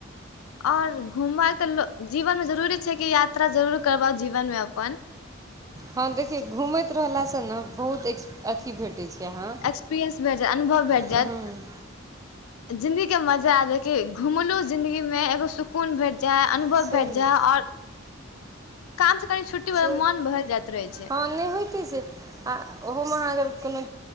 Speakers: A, on the left; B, on the right.
A: ओर घुमब तऽ जीवन मे जरूरी छै कि यात्रा जरूर करबा जीवन मे अपन
B: हं देखिये घूमैत रहलला से ने बहुत एक अथी भेट कहै छी अहाँ
A: एक्सपीरियंस भेय जायत अनुभव भेय
B: हँ
A: जायत जिंदी के मजा आबे क घुमलु जिंदगी मे एगो सुकून भेट जाय अनुभव
B: सही
A: भेट जाय
B: है।
A: आओर काम से कनि छुट्टी
B: से
A: ब मोन भरि जाइत रहे छै
B: हँ होइते आ ओहमे अहाँ अगर कोनो